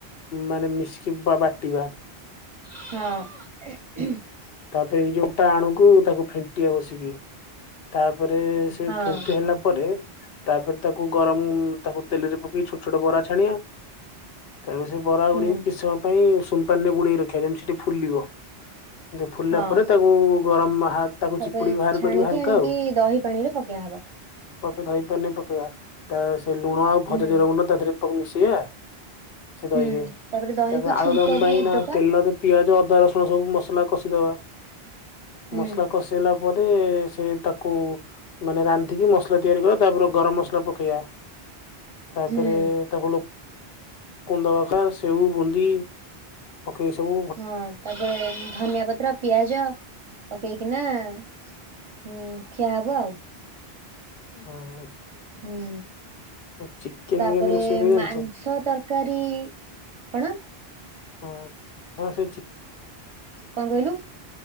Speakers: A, on the left; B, on the right.
A: ମାନେ ମିଶିକି ବା ବାଟିବା।
B: ହଁ।
A: ତାପରେ ଏଇ ଯୋଉଟା ଆଣୁକୁ ତାକୁ ଫେଣ୍ଟିଆ ବସିକି ତାପରେ ସେ
B: ହଁ
A: ଫେଣ୍ଟି ହେଲା ପରେ ତାପରେ ତାକୁ ଗରମ ତାକୁ ତେଲେରେ ପକେଇ ଛୋଟ ଛୋଟ ବରା ଛାଣିଆ। ତାପରେ ସେ ବରାଗୁଡିକୁ
B: ହୁଁ
A: କିଛି ସମୟ ପାଇଁ ଉଷୁମ ପାଣିରେ ବୁଡେଇ ରଖିଆ ଯେମତି ସିଏ ଟିକେ ଫୁଲିବ। ଦେ ଫୁଲିଲା
B: ହଁ
A: ପରେ ତାକୁ ଗରମ ହା ତାକୁ
B: ତାପରେ
A: ଚିପୁଡିକି ଭାର
B: ଛାଣିକି
A: କରିବ ହାଲକା
B: ଆଣିକି
A: ଆଉ।
B: ଦହି ପାଣିରେ ପକେଇଆହବ।
A: ପକେ ଦହି ପାଣିରେ ପକେଇବା ତା ସେ ଲୁଣ ଆଉ ଭଜା
B: ହୁଁ
A: ଜିରା ଗୁଣ୍ଡ ତାଧେରେ ତାକୁ ମିଶେଇଆ। ସେ ଦହିରେ
B: ହୁଁ ଦହିକୁ
A: ତାପରେ ଆଳୁଦମ୍
B: ଛୁଙ୍କ
A: ପାଇଁ
B: ବି
A: ନା
B: ଦବା
A: ତେଲ ବି ପିଆଜ ଅଦା ରସୁଣ ସବୁ ମସଲା କଷିଦବା
B: ହୁଁ
A: ମସଲା କଷି ଦେଲା ପରେ ସେ ତାକୁ ମାନେ ରାନ୍ଧିକି ମସଲା ତିଆରି କରିଆ ତାପରେ ଗରମ ମସଲା ପକେଇଆ ତାପରେ
B: ହୁଁ
A: ତାକୁ ଲୋ କୁନ୍ଦ ଅକା ସେଉ ବୁନ୍ଦି ପକେଇକି ସବୁ ଭ
B: ହଁ ତାପରେ ଉଁ ଧନିଆ ପତ୍ର ପିଆଜ ପକେଇକିନା ହୁଁ ଖିଆ ହବ ଆଉ।
A: ହଁ ହଁ।
B: ହୁଁ
A: ଚିକେନ
B: ତାପରେ
A: କେମିତି ରୋଷେଇ ହୁଏ ଜାଣିଛ
B: ମାଂସ ତର୍ କାରୀ କଣ?
A: ହଁ ହଁ ସେଇ ଚ
B: କଁ କହିଲୁ